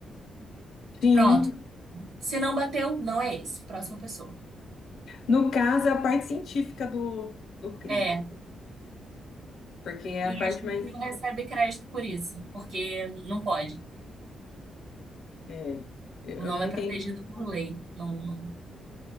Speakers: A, on the left; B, on the right.
A: Sim.
B: Pronto. Se não bateu, não é esse. Próxima pessoa.
A: No caso, é a parte científica do, do crime.
B: É.
A: Porque é
B: E
A: a parte
B: a gente
A: mais.
B: não recebe crédito por isso, porque não pode.
A: é, eu
B: O nome
A: não entendo.
B: é protegido por lei. Não, não.